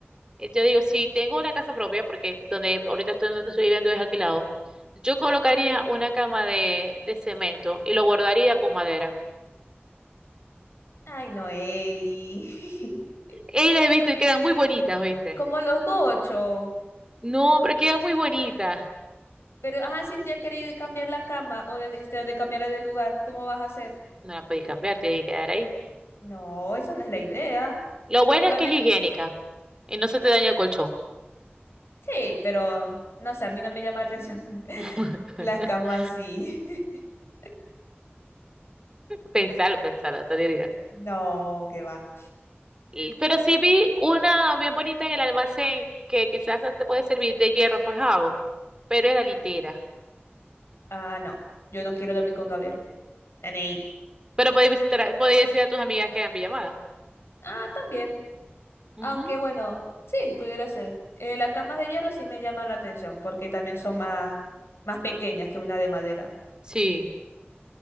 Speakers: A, on the right; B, on the left.
A: eh, Yo digo, si tengo una casa propia, porque donde ahorita estoy, donde estoy viviendo es alquilado, yo colocaría una cama de, de cemento y lo bordaría con madera.
B: Ay, no, Eli. <laughs>
A: Y las he visto y quedan muy bonitas, ¿viste?
B: Como los gochos.
A: No, pero quedan muy bonitas.
B: Pero, ajá, si un día queréis cambiar la cama o de, este, de cambiarla de lugar, ¿cómo vas a hacer?
A: No la podéis cambiar, tiene que quedar ahí.
B: No, esa no es la idea.
A: Lo bueno
B: Solamente,
A: es que es higiénica y no se te daña el colchón.
B: sí, pero no sé, a mí no me llama la atención <laughs>
A: <laughs>
B: las camas sí. <laughs>
A: Pensalo, pensalo, tontería.
B: No, que va.
A: Y- Pero sí vi una bien bonita en el almacén que quizás te puede servir de hierro forjado, pero era litera.
B: Ah, no, yo no quiero dormir con Gabriel. Naney.
A: Pero podéis visitar, podéis decir a tus amigas que hagan pijamadas.
B: Ah, también.
A: Ujú.
B: Aunque bueno, sí, pudiera ser. Eh, las camas de hierro sí me llaman la atención porque también son más, más pequeñas que una de madera.
A: Sí.